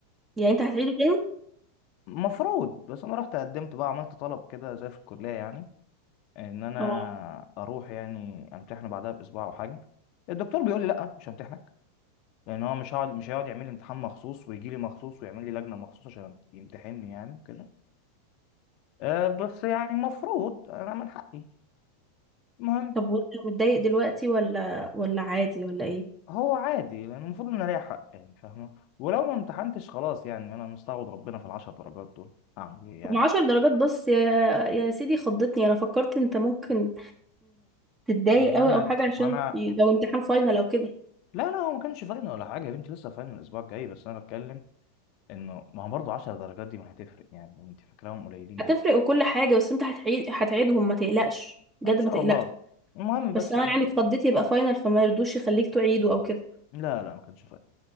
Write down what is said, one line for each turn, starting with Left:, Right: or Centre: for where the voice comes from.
Right: يعني انت هتعيده تاني؟
Left: مفروض بس انا رحت قدمت بقى عملت طلب كده زي في الكليه يعني ان انا
Right: اه
Left: اروح يعني امتحنه بعدها باسبوع او حاجه الدكتور بيقول لي لا مش همتحنك لان هو مش هقعد مش هيقعد يعمل لي امتحان مخصوص ويجي لي مخصوص ويعمل لي لجنه مخصوص عشان يمتحنني يعني كده أه بس يعني مفروض انا من حقي المهم
Right: طب وانت متضايق دلوقتي ولا ولا عادي ولا ايه؟
Left: هو عادي لان المفروض ان انا ليا حق يعني فاهمه ولو ما امتحنتش خلاص يعني انا مستعوض ربنا في العشر درجات دول اعمل ايه يعني
Right: طب عشر درجات بس يا يا سيدي خضتني انا فكرت انت ممكن تتضايق
Left: ما
Right: قوي
Left: انا
Right: او حاجه عشان
Left: ما انا
Right: لو امتحان فاينل او كده
Left: لا لا هو ما كانش فاينل ولا حاجه يا بنتي لسه فاينل الاسبوع الجاي بس انا بتكلم انه ما هو برضه 10 درجات دي ما هتفرق يعني انت فاكراهم قليلين
Right: هتفرق
Left: ليه
Right: وكل حاجه بس انت هتعيد هتعيدهم ما تقلقش بجد
Left: ما ان شاء
Right: ما تقلقش
Left: الله المهم بس
Right: بس انا
Left: ايه
Right: يعني اتخضيت يبقى فاينل فما يرضوش يخليك تعيده او كده
Left: لا لا ما كانش فاينل